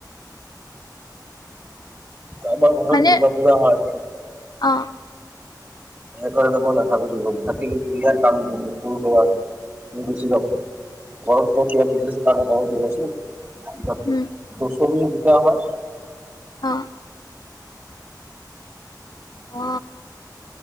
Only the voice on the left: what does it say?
মানে
অ।
উম
অ। অ।